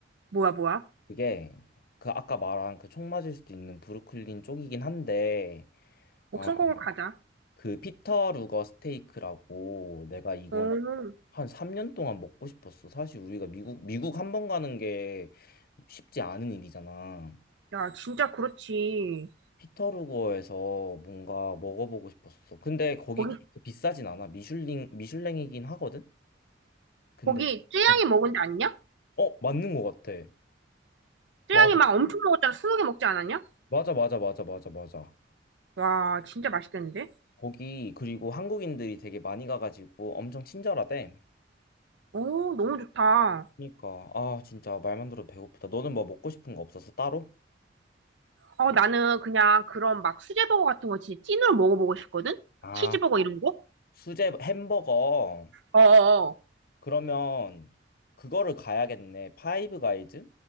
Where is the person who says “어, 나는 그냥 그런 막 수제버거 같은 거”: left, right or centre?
Right